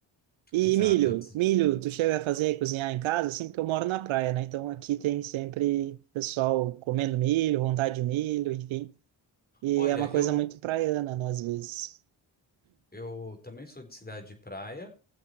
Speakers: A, on the right (about 75°); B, on the left (about 20°).
A: E
B: exato.
A: milho,
B: Antes,
A: milho, tu chega a fazer cozinhar em casa, assim, porque eu moro na praia, né? Então aqui tem sempre pessoal comendo milho, vontade de milho, enfim. E
B: olha,
A: é uma
B: eu
A: coisa muito praiana, né, às vezes.
B: eu também sou de cidade de praia,